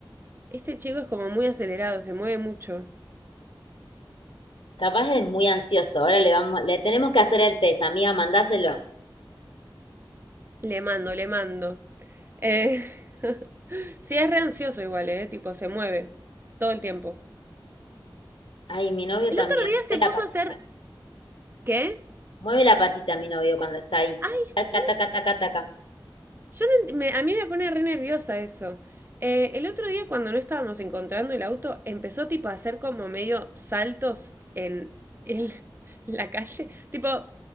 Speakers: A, on the right (about 25°); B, on the left (about 85°).
A: este chico es como muy acelerado, se mueve mucho.
B: Capaz es muy ansioso. Ahora le vamos, le tenemos que hacer el test, amiga, mandáselo.
A: Le mando, le mando. Eh, <laughs> sí, es re ansioso igual, ¿eh? Tipo, se mueve todo el tiempo.
B: Ay, mi novio
A: El
B: también.
A: otro día se
B: Mueve
A: puso
B: la patita.
A: a hacer... ¿Qué?
B: Mueve la patita mi novio cuando está ahí.
A: Ay,
B: Taca,
A: sí,
B: taca, taca, taca.
A: Yo no ent- me- a mí me pone re nerviosa eso. Eh, el otro día cuando no estábamos encontrando el auto, empezó tipo a hacer como medio saltos en, en <laughs> la calle. Tipo,